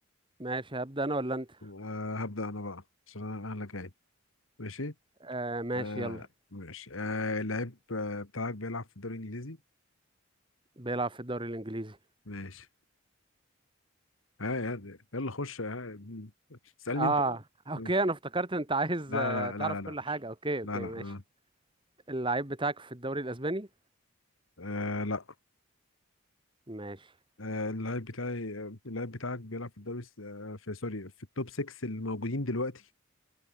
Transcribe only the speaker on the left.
آه، هبدأ انا بقى عشان انا أنا اللي جاي ماشي
آه
ماشي آه اللعيب آه، بتاعك بيلعب في الدوري الانجليزي
ماشي ها آه يعني يلا خش آه اسألني
انت بقى
ماشي
لا
لا
لا
لا لا
لا
لا آه.
آه لا
آه اللعيب بتاعي آه، اللعيب بتاعك بيلعب في الدوري الس- آه في سوري في التوب 6 الموجودين دلوقتي